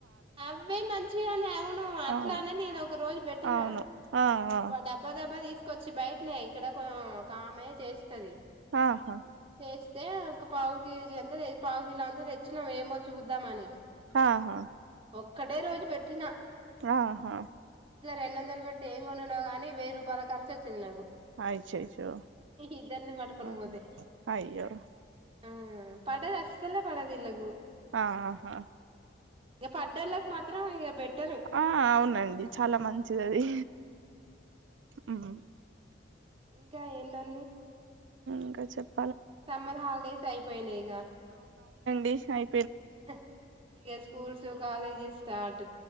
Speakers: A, on the right; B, on the right.
A: అవే మంచిగాని అవును అట్లానే
B: అవును
A: నేను ఒక రోజు పెట్టినా
B: అవును ఆ ఆ
A: బ డబ్బా దబ్బా తీసుకొచ్చి బయటనే ఇక్కడ ఒక ఒకామే చేస్తది.
B: ఆహా
A: తెస్తే ఒక పావు కేజీ అంతా పావు కిలో అంతా తెచ్చినాం ఏమో చూద్దామని
B: ఆహా
A: ఒక్కడే రోజు పెట్టినా
B: ఆహా
A: రెండొందల పెట్టు ఏం కొని కానీ వెయ్యి రూపాయల ఖర్చు వచ్చింది నాకు
B: అయచో చో
A: ఇద్దరిని పట్టుకొని
B: ఓ
A: పోతే
B: అయ్యో
A: ఆ పడదు అస్సలు పడదు ఈళ్ళకు
B: ఆహా
A: ఇక పడ్డోళ్ళకి మాత్రం ఇక బెట్టరు
B: ఆ అవునండి చాలా మంచిది అది హ్మ్ హ్మ్
A: ఇంకా ఏంటడి
B: ఇంకా చెప్ప
A: సమ్మర్ హాలిడేస్ అయిపోయినాయిక
B: దిశాయి
A: తాహ్ ఇక స్కూల్స్ కాలేజెస్ తార్